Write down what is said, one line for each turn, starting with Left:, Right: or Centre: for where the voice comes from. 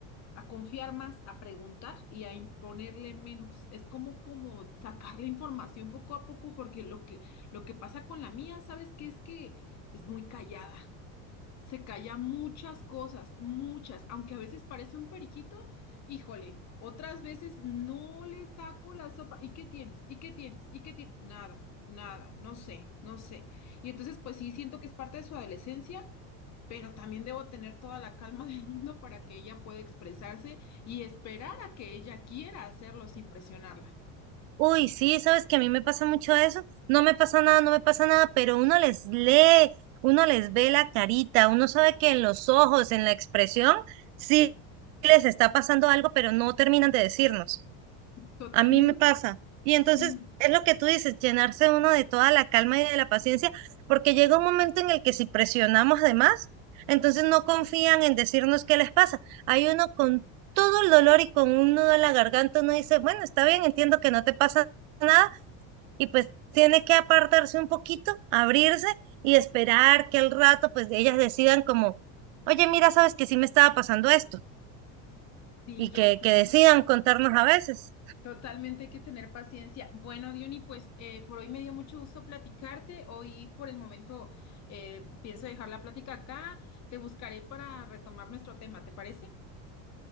Left: a confiar más, a preguntar y a imponerle menos. Es como, como sacar la información poco a poco, porque lo que, lo que pasa con la mía, ¿sabes qué? Es que es muy callada se calla muchas cosas, muchas, aunque a veces parece un periquito, híjole, otras veces no le saco la sopa. ¿Y qué tienes? ¿Y qué tienes? ¿Y qué tienes? Nada, nada, no sé, no sé. Y entonces, pues sí, siento que es parte de su adolescencia, pero también debo tener toda la calma <laughs> del mundo para que ella pueda expresarse y esperar a que ella quiera hacerlo sin presionarla.
Right: Uy, sí, sabes que a mí me pasa mucho eso. No me pasa nada, no me pasa nada, pero uno les lee, uno les ve la carita, uno sabe que en los ojos, en la expresión, sí les está pasando algo, pero no terminan de decirnos.
Left: Totalmente,
Right: A mí me pasa. Y entonces
Left: sí,
Right: es lo que tú dices, llenarse uno de toda la calma y de la paciencia, porque llega un momento en el que si presionamos de más, entonces no confían en decirnos qué les pasa. Hay uno con todo el dolor y con un nudo en la garganta, uno dice, bueno, está bien, entiendo que no te pasa nada, y pues tiene que apartarse un poquito, abrirse y esperar que al rato pues ellas decidan como, oye, mira, sabes que sí me estaba pasando esto,
Left: sí,
Right: y
Left: ya
Right: que,
Left: sé.
Right: que decidan contarnos a veces.
Left: Totalmente hay que tener paciencia. Bueno, Diony, pues eh, por hoy me dio mucho gusto platicarte. Hoy por el momento eh, pienso dejar la plática acá. Te buscaré para retomar nuestro tema, ¿te parece?